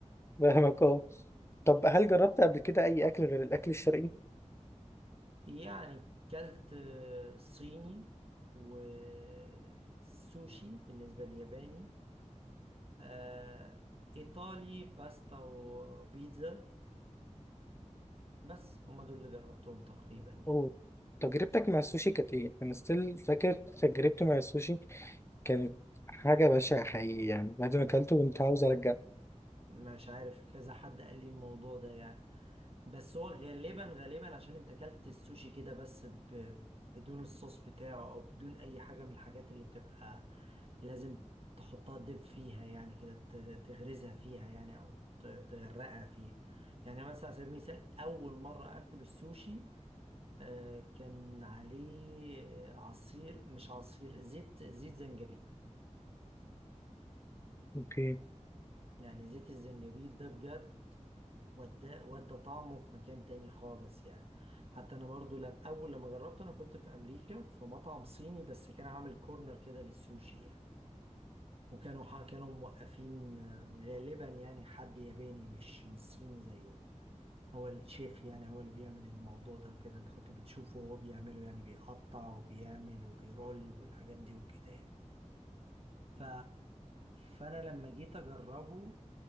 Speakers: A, on the left; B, on the right.
A: فاهمك اه طب هل جربت قبل كده أي أكل غير الأكل الشرقي؟
B: يعني كلت آه، صيني وسوشي بالنسبه للياباني آه ايطالي باستا وبيتزا بس هما دول اللي جربتهم تقريبا يعني
A: أوه. تجربتك مع السوشي كانت إيه؟ أنا ستيل فاكر تجربتي مع السوشي كانت حاجة بشعة حقيقي يعني بعد ما أكلته كنت عاوز أرجع
B: مش عارف كذا حد قال لي الموضوع ده يعني بس هو غالبا غالبا عشان انت اكلت السوشي كده بس ب... بدون الصوص بتاعه او بدون اي حاجة من الحاجات اللي بتبقى لازم تحطها دب فيها يعني كده تغ- تغرزها فيها يعني او ت- تغرقها فيها يعني مثلا على سبيل المثال اول مرة اكل السوشي آه، كان عليه آه، عصير مش عصير زيت زيت زنجبيل
A: اوكي
B: يعني زيت الزنجبيل ده بجد ودى ودى طعمه في مكان تاني خالص يعني حتى انا برضو لم اول لما جربته انا كنت في امريكا في مطعم صيني بس كان عامل كورنر كده للسوشي يعني وكانوا ح- كانوا موقفين آه، غالبا يعني حد ياباني مش مش صيني زيهم هو الشيف يعني هو اللي بيعمل الموضوع ده وكده انت كنت بتشوفه وهو بيعمله يعني بيقطع وبيعمل وبيرول والحاجات دي وكده يعني ف... فانا لما جيت اجربه